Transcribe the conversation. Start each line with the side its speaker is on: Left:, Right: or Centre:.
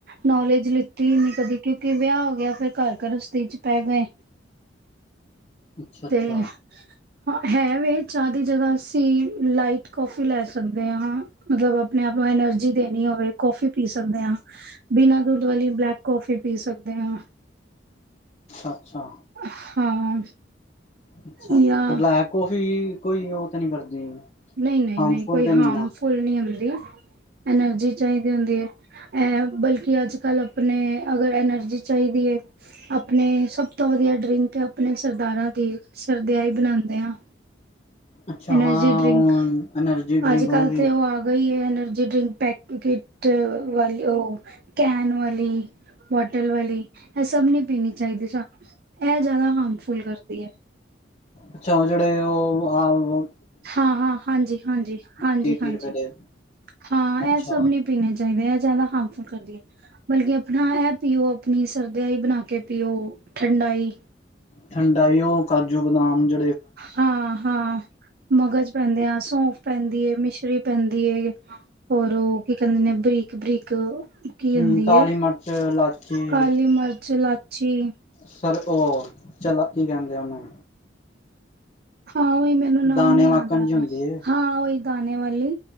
Right: ਨੌਲੇਜ ਲਿੱਤੀ ਨੀ ਕਦੇ ਕਿਉਂਕਿ ਵਿਆ ਹੋ ਗੇਆ ਫਿਰ ਘਾਰ ਗਰਸਤ ਤੀ ਚ ਪੈ ਗਏ।
Left: ਅੱਛਾ ਅੱਛਾ
Right: ਤੇ ਹਾਂ, ਹੈ ਵੇ ਚਾਅ ਦੀ ਜਗਾ ਅਸੀ ਲਾਈਟ ਕੋਫੀ ਲੈ ਸਕਦੇ ਆਂ। ਮਤਲਬ ਅਪਨੇ ਆਪ ਨੂੰ ਐਨਰਜੀ ਦੇਨੀ ਹੋਵੇ ਕੋਫੀ ਪੀ ਸਕਦੇ ਆਂ। ਬਿਨਾਂ ਦੁੱਧ ਵਾਲੀ ਬਲੈਕ ਕੋਫੀ ਪੀ ਸਕਦੇ ਆਂ।
Left: ਅੱਛਾ।
Right: ਹਾਂ।
Left: ਅੱਛਾ,
Right: ਜਾਂ
Left: ਅੱਛਾ ਤੇ ਬਲੈਕ ਕੋਫੀ ਕੋਈ ਓ ਤੇ ਨੀ ਕਰਦੀ।
Right: ਨਹੀ,
Left: ਹਾਰਮਫੁਲ
Right: ਨਹੀ, ਨਹੀ ਕੋਈ
Left: ਤਾਂ
Right: ਹਾਮਫੁਲ
Left: ਨਹੀਂ ਨਾ
Right: ਨੀ ਹੁੰਦੀ, ਐਨਰਜੀ ਚਾਈਦੀ ਹੁੰਦੀ ਏ। ਐ ਬਲਕਿ ਅਜ-ਕਲ ਅਪਨੇ ਅਗਰ ਐਨਰਜੀ ਚਾਈਦੀ ਏ ਅਪਨੇ ਸਬ ਤੋਂ ਵਦੀਆ ਡਰਿੰਕ ਤੇ ਅਪਨੇ ਸਰਦਾਰਾਂ ਦੀ ਏ ਸਰਦਾਈ ਬਣਾਂਦੇ ਆਂ।
Left: ਅੱਛਾ
Right: ਐਨਰਜੀ
Left: ਹਾਂ
Right: ਡਰਿੰਕ
Left: ਉਹ ਐਨਰਜੀ ਡਰਿੰਕ
Right: ਆੱਜ-ਕਾੱਲ
Left: ਉਹ ਵੀ
Right: ਤੇ ਓ ਆ ਗਈ ਏ ਐਨਰਜੀ ਡਰਿੰਕ ਪੈਕਿੱਟ ਵਾਲੀ ਓ ਕੈਨ ਵਾਲੀ। ਬੋਟਲ ਵਾਲੀ, ਐ ਸਬ ਨੀ ਪੀਨੀ ਚਾਈਦੀ ਸਾਨੂੰ, ਐ ਜਾਦਾ ਹਾਮਫੁੱਲ ਕਰਦੀ ਏ।
Left: ਅੱਛਾ ਓ ਜੇੜੇ ਓ ਆ ਓ
Right: ਹਾਂ, ਹਾਂ, ਹਾਂਜੀ, ਹਾਂਜੀ, ਹਾਂਜੀ,
Left: ਤੀਹ ਤੀਹ
Right: ਹਾਂਜੀ
Left: ਰੁਪਏ ਦੇ
Right: ਹਾਂ,
Left: ਅੱਛਾ
Right: ਐ ਸਬ ਨੇ ਪੀਨੇ ਚਾਈਦੇ, ਐ ਜਾਦਾ ਹਾਮਫੁਲ ਕਰਦੀ ਏ। ਬਲਕਿ ਅਪਨਾ ਐ ਪੀਓ, ਅਪਨੀ ਸਰਦੀਆਈ ਬਨਾ ਕੇ ਪੀਓ, ਠੰਡਾਈ।
Left: ਠੰਡਾਈ ਓ ਕਾਜੂ, ਬਦਾਮ ਜ
Right: ਹਾਂ, ਹਾਂ ਮਗਜ ਪੈਂਦੇ ਆ ਸੌਂਫ ਪੈਂਦੀ ਏ, ਮਿਸ਼ਰੀ ਪੈਂਦੀ ਏ, ਹੋਰ ਓ ਕੀ ਕੈਂਦੇ ਨੇ ਬਰੀਕ-ਬਰੀਕ ਕੀ
Left: ਹਮ
Right: ਹੁੰਦੀ
Left: ਕਾਲੀ
Right: ਏ,
Left: ਮਿਰਚ ਇਲਾਚੀ
Right: ਕਾਲੀ ਮਰਚ, ਲਾਚੀ
Left: ਸਰ ਓ ਚਲਾ ਕੀ ਕੈਂਦੇ ਆ ਓਨੂੰ
Right: ਹਾਂ, ਓਈ ਮੈਨੂੰ ਨਾਮ
Left: ਦਾਣੇ
Right: ਨੀ
Left: ਵਾਕਣ
Right: ਯਾਦ ਆਏਆ,
Left: ਜੀ ਹੁੰਦੀ ਏ
Right: ਹਾਂ ਓਈ ਦਾਨੇ ਵਾਲੀ।